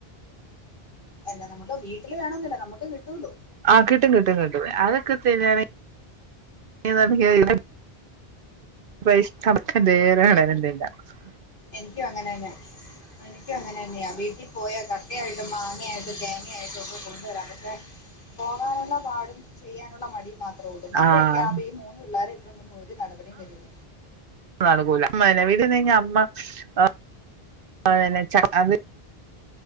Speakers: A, on the left; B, on the right.
A: എന്ന നമുക്ക് വീട്ടില് വേണോന്നില്ല നമുക്ക് കിട്ടൂല്ലോ
B: ആഹ് കിട്ടും കിട്ടും കിട്ടും അതൊക്കെ തിന്നാന് <unintelligible> ഇപ്പ ഇഷ്ടൺക്കിൻ <unintelligible>
A: എനിക്കും അങ്ങനന്നെ ക്കും അങ്ങനെ തന്നെയാ വീട്ടിപോയാ ചക്കയായിട്ടും മാങ്ങയായിട്ടും തേങ്ങയായിട്ടും ഒക്കെ കൊണ്ടുവരാം. പോകാനുള്ള പാടും ചെയ്യാനുള്ള മടിയും മാത്രേ ഉള്ളൂ മഴയൊക്കെ
B: ആഹ്
A: ആവുമ്പോ. പുള്ളാരെയിട്ടൊന്നും ഒരു നടപടിയും വരുല
B: ന്നട്ക്കൂല മാനവിധിന്ന് ഞമ്മ ആഹ് അതന്നെ ച അത്